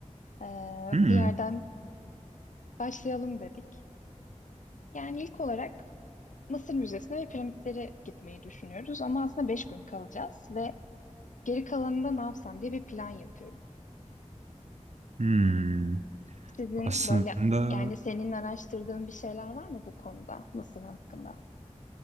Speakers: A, on the left; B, on the right.
A: Ee,
B: Hmm,
A: bir yerden başlayalım dedik. Yani ilk olarak Mısır Müzesi'ne ve piramitleri gitmeyi düşünüyoruz. Ama aslında beş gün kalacağız ve geri kalanında ne yapsam diye bir plan yapıyoruz.
B: hmm.
A: Sizin
B: Aslında
A: böyle yani senin araştırdığın bir şeyler var mı bu konuda Mısır hakkında?